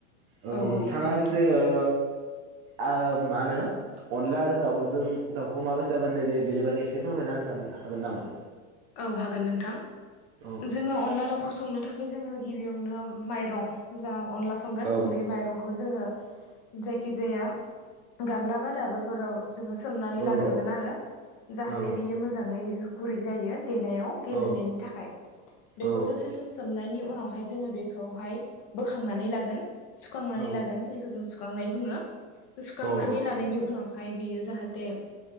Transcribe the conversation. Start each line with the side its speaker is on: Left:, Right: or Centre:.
Right: ओ
Left: औ
Right: नोंथाङा
Left: औ नंगौ नोंथां
Right: जे ओ आ मा होनो अनला आरो दाउजों दाउखौ माबायसा बानायनाय जायो बेनि बागै एसे फोरमायना होनो सान हागोन नामा?
Left: औ हागोन नोंथां
Right: औ
Left: जोङो अनला दाउखौ संनो थाखाय जोङो गिबियावनो माइरं जा अनला संगोन
Right: औ
Left: बे माइरंखौ खौ जोङो जायखि जाया गामलाबा दाबोरफोराव जोङो सोमनानै
Right: औ
Left: लाग्रोगोन आरो जाहाथे
Right: औ
Left: बियो मोजाङै गुरै जायो देनायाव गेब्लेनायनि
Right: औ
Left: थाखाय बेखौ
Right: औ
Left: दसे सोम सोमनायनि उनाव उनावहाय जो बेखौहाय बोखांनानै लागोन सुखांनानै
Right: औ
Left: लागोन जायखौ जोङो सु खांनाय बुङो सुखांनानै
Right: औ औ
Left: लानायनि उनाव हाय बेयो जाहाथे